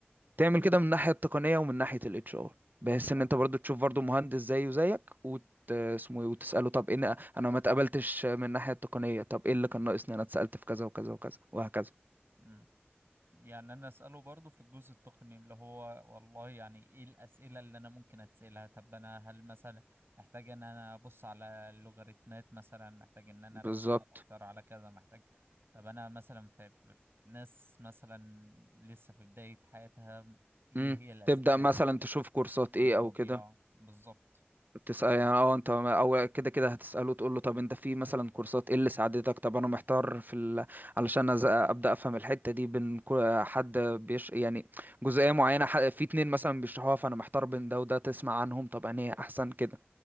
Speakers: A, on the right; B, on the right.
A: تعمل كده
B: طب
A: من الناحيه التقنيه ومن ناحيه الاتش ار بحيث ان
B: آه،
A: انت برضو تشوف برضو مهندس زيه زيك وت... اسمه ايه وتساله طب ايه ن- انا ما اتقبلتش من الناحيه التقنيه طب ايه اللي كان ناقصني انا اتسالت في كذا وكذا وكذا وهكذا
B: مم. يعني انا اساله برضو في الجزء التقني اللي هو والله يعني ايه الاسئله اللي انا ممكن اتسالها طب انا هل مثلا محتاج ان انا ابص على اللوغاريتمات مثلا محتاج ان انا
A: بالظبط
B: اركز اكتر على كذا محتاج طب انا مثلا في في- في ناس مثلا لسه في بدايه حياتها ايه
A: امم
B: هي الاسئله
A: تبدا مثلا تشوف كورسات
B: والمواضيع
A: ايه او كده
B: بالظبط
A: تسأل يعني اه انت اول كده كده هتسأله تقول له طب انت في مثلا كورسات ايه اللي ساعدتك طب انا محتار في ال... علشان أز- ابدأ افهم الحتة دي بين كو- حد بيش يعني جزئية معينة ح- في اتنين مثلا بيشرحوها فانا محتار بين ده وده تسمع عنهم طب انا احسن كده